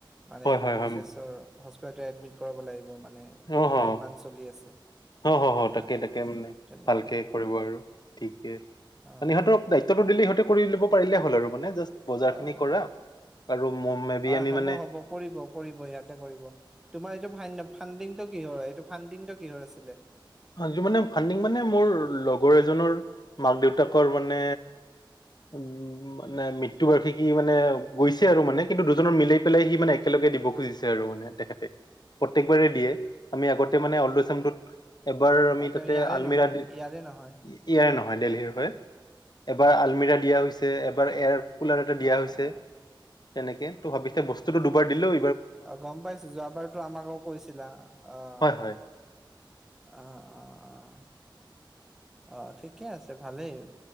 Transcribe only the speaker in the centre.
মানে
মই মিছেছৰ।
হস্পি এডমিট কৰাব লাগিব মানে
নাইন
মান্থ চলি আছে
অ
তেনেকুৱা
অ
অহ',
-
অহ',
হ'ব
- হ'ব কৰিব - কৰিব ইয়াতে কৰিব তোমাৰ এইটোয়া ফাইন ফাণ্ডিংটো কিহৰ হয় এইটো ফাণ্ডিংটো কিহৰ আছিলে
অ তেওঁ
ইয়াৰে
নহয়
নহয়
অ
অ
অহ', গম পাইছো যোৱাবাৰতো আমাকো কৈছিলা অহ',
অহ', - অহ', - অহ', - অহ', ঠিকে আছে ভালেই-